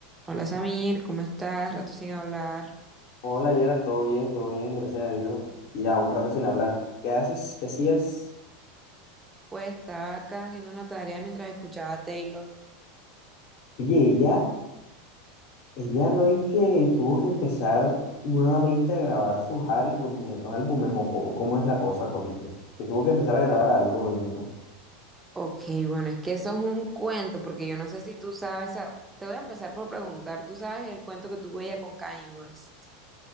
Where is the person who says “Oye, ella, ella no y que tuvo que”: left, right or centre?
Left